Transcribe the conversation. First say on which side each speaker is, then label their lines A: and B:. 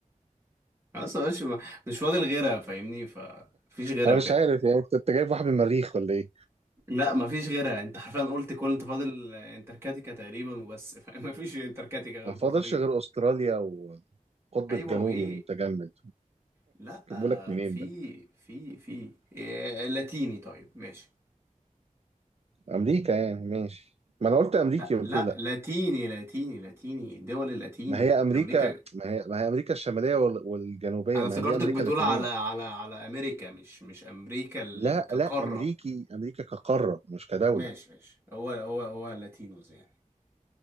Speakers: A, on the right (about 20°); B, on the right (about 50°).
A: خلاص يا باشا، مش فاضل غيرها فاهمني فمفيش غيرها
B: انا
A: بجد
B: مش عارف يعني انت أنت جايب واحد من المريخ ولا ايه
A: لا مفيش غيرها انت حرفيا قلت كل انت فاضل انتركاتيكا تقريبا وبس فاهم؟ <laughs> مفيش انتركاتيكا غير
B: ما
A: بطريق
B: فاضلش غير استراليا والقطب
A: ايوه
B: الجنوبي
A: وايه
B: المتجمد
A: لا
B: بقولك منين
A: في
B: ده
A: في في إيه، لاتيني طيب ماشي
B: امريكا يعني ماشي ما انا قلت امريكي
A: لا
B: قلت
A: لا
B: لي لا
A: لاتيني لاتيني لاتيني دول اللاتين
B: ما هي امريكا
A: امريكا
B: ما هي ما هي امريكا الشماليه وال- والجنوبيه
A: انا افتكرتك
B: ما هي دي امريكا
A: بتقول
B: اللاتينيه
A: على على على امريكا مش مش امريكا ال-
B: لا
A: كقارة
B: لا امريكي امريكا كقاره مش كدوله
A: ماشي ماشي هو هو هو لاتينوز يعني